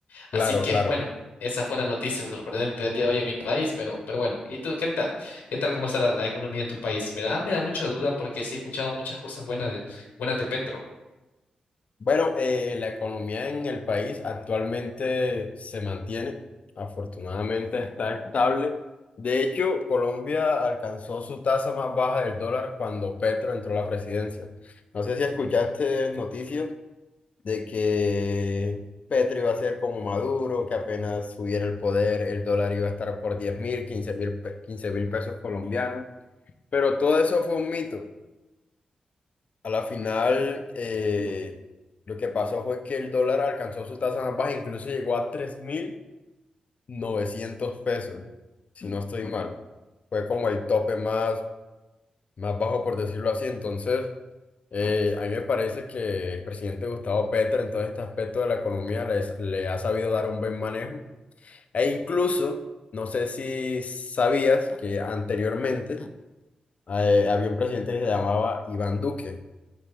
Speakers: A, on the left (about 55°); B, on the left (about 85°).
A: claro,
B: Así que,
A: claro.
B: bueno, esa fue la noticia sorprendente del día de hoy en mi país, pero, pero bueno, ¿y tú qué tal? ¿Qué tal cómo está la, la economía en tu país? Me da, me da mucha duda porque sí he escuchado muchas cosas buenas de, buenas de Petro.
A: Bueno, eh, la economía en el país actualmente se mantiene, afortunadamente está estable. De hecho, Colombia alcanzó su tasa más baja del dólar cuando Petro entró a la presidencia. No sé si escuchaste noticias. de que Petro iba a ser como Maduro, que apenas subiera el poder, el dólar iba a estar por diez mil, quince mil, quince mil pesos colombianos. Pero todo eso fue un mito. A la final, eh, lo que pasó fue que el dólar alcanzó su tasa más baja, incluso llegó a tres mil novecientos pesos, si no estoy mal. Fue como el tope más más bajo por decirlo así. Entonces, eh, a mí me parece que el presidente Gustavo Petro en todo este aspecto de la economía les- le ha sabido dar un buen manejo. E incluso, no sé si sabías que anteriormente eh, había un presidente que se llamaba Iván Duque.